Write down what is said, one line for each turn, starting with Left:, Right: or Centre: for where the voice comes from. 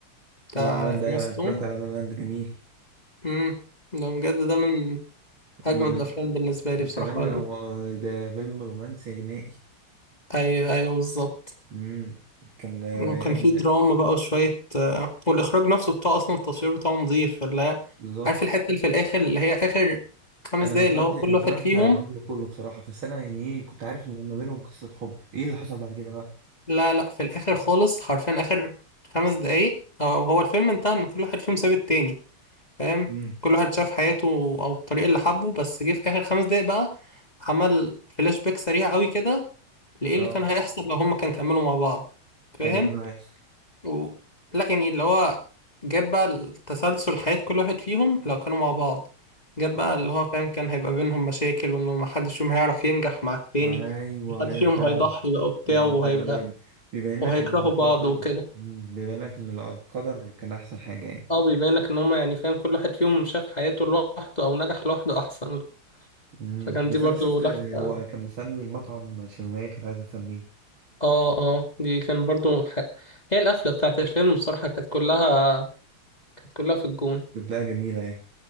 Left: بتاع
Right: لا لا لاند ايوه
Left: إيما ستون
Right: انا اتفرجت على لا لا لاند جميل
Left: امم ده بجد ده من
Right: بد-
Left: أجمد الأفلام بالنسبة لي
Right: وكمان
Left: بصراحة
Right: هو ده فيلم رومانسي غنائي
Left: أي أيوه بالظبط
Right: امم كان ريال
Left: وكان في دراما بقى وشوية آه، والإخراج نفسه بتاعه أصلا التصوير بتاعه نظيف اللي هي
Right: بالظبط
Left: عارف الحتة اللي في الآخر اللي هي آخر خمس
Right: انا
Left: دقايق
Right: ما اتفرجتش
Left: اللي هو كل
Right: ما اتفرجتش
Left: واحد فيهم
Right: على الفيلم كله بصراحه بس انا يعني ايه كنت عارف ان ما بينهم قصه حب ايه اللي حصل بعد كده بقى
Left: لا لا في الآخر خالص حرفيا آخر خمس دقايق أو هو الفيلم انتهى إن كل واحد فيهم ساب التاني فاهم
Right: امم
Left: كل واحد شاف حياته او الطريق اللي حبه بس جه في اخر خمس دقايق بقى عمل فلاش باك سريع قوي كده لايه
Right: اه
Left: اللي كان مم. هيحصل لو هما كان كملوا مع بعض
Right: كان
Left: فاهم
Right: ايه اللي هيحصل
Left: و... لا يعني اللي هو جاب بقى التسلسل حياة كل واحد فيهم لو كانوا مع بعض جاب
Right: اه
Left: بقى اللي هو فاهم كان هيبقى بينهم مشاكل وانه محدش فيهم هيعرف ينجح مع التاني
Right: ايوه
Left: محد
Right: ايوه
Left: فيهم
Right: فعلا
Left: هيضحي بقى وبتاع
Right: يعني
Left: وهيبقى
Right: ده اللي بيبين
Left: وهيكرهوا
Right: لك ان
Left: بعض
Right: القدر
Left: وكده
Right: مم، بيبين لك ان القدر كان احسن حاجه يعني
Left: اه بيبين لك ان هما يعني فاهم كل واحد فيهم شاف حياته لوحده او نجح لوحده احسن
Right: مم.
Left: فكان
Right: بس
Left: دي برضو
Right: انا شفت
Left: لفة
Right: هو كان مسمي المطعم شمامية كانت عايزة تسميه
Left: اه اه دي كان برضو ح... هي القفلة بتاعت الفيلم بصراحة كانت كلها كانت كلها في الجون
Right: كانت لها جميلة يعني